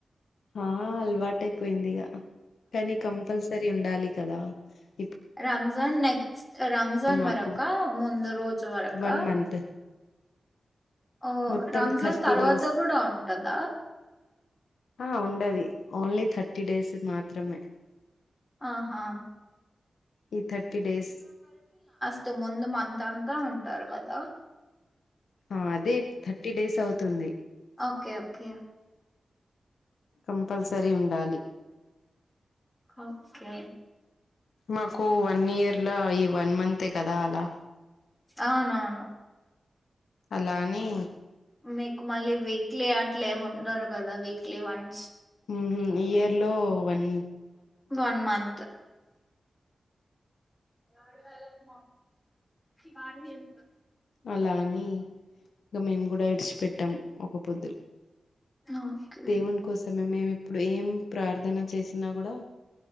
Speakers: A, on the left; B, on the left.
A: ఆ ఆ అల్వాటైపోయిందిగా, ఆహ్ కానీ కంపల్సరీ ఉండాలి. కదా హ్
B: రంజాన్ నెక్స్ట్ రంజాన్
A: మాకు
B: వరక, ముందు రోజు వరక
A: వన్ మంత్
B: ఓ
A: మొత్తం
B: రమజాన్
A: థర్టీ
B: తర్వాత
A: డేస్
B: కూడా ఉంటద
A: ఆ ఉండది ఓన్లీ థర్టీ డేస్ మాత్రమే,
B: ఆహా!
A: ఈ థర్టీ డేస్
B: ఇంత ముందు మంత్ అంత ఉంటారు కదా
A: ఆ అదే థర్టీ డేస్ అవుతుంది
B: ఓకే. ఓకే ఓకే
A: కంపల్సరీ ఉండాలి
B: ఓకే
A: మాకు వన్ ఇయర్ లా ఈ వన్ మంత్ తే కదా అలా
B: అవునవును
A: అలాఆని
B: మీకు మళ్ళీ వీక్లీ అట్లే ఏమి ఉండరు కదా వీక్లీ క్లి వన్స్
A: ఊహుమ్ ఇయర్ లో వన్
B: వన్ మంత్ <inaudible> చి వాడు ఏం <unintelligible>
A: అలాని ఇంక మేము కూడా ఇడిచి పెట్టాం ఒకపొద్దు
B: ఓకే
A: దేవుని కోసమే మేము ఇప్పుడు ఏం ప్రార్థన చేసి న్న కూడా